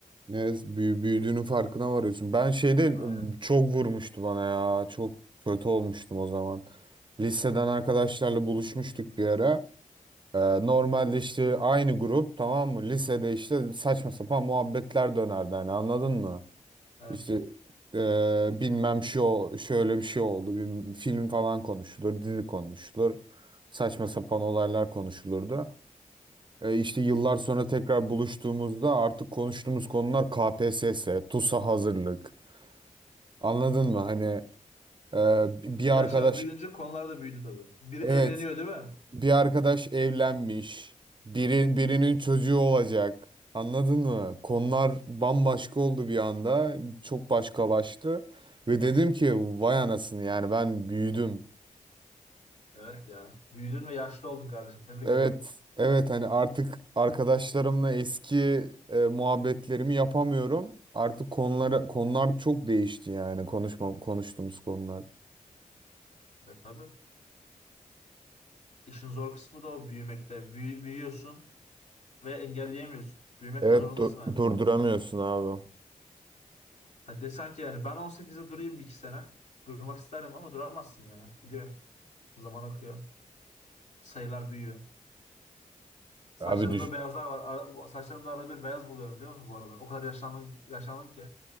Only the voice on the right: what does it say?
ne büyü- büyüdüğünün farkına varıyorsun. Ben şeyde
çok vurmuştu bana ya. Çok kötü olmuştum o zaman. Liseden arkadaşlarla buluşmuştuk bir ara. Ee, normalde işte aynı grup tamam mı? Lisede işte saçma sapan muhabbetler dönerdi hani anladın mı?
İşte eee, bilmem şu şöyle bir şey oldu. Bir film falan konuşulur, dizi konuşulur. Saçma sapan olaylar konuşulurdu. E, işte yıllar sonra tekrar buluştuğumuzda artık konuştuğumuz konular KPSS, TUS'a hazırlık. Anladın mı? Hani e, bir
arkadaş
evet
bir arkadaş evlenmiş, biri birinin çocuğu olacak. Anladın mı? Konular bambaşka oldu bir anda. Çok başkalaştı. Ve dedim ki vay anasını yani ben büyüdüm.
Evet,
evet hani artık arkadaşlarımla eski e, muhabbetlerimi yapamıyorum. Artık konulara konular çok değişti yani konuşma konuştuğumuz konular.
Evet
du-
durduramıyorsun
abi.
Abi düş.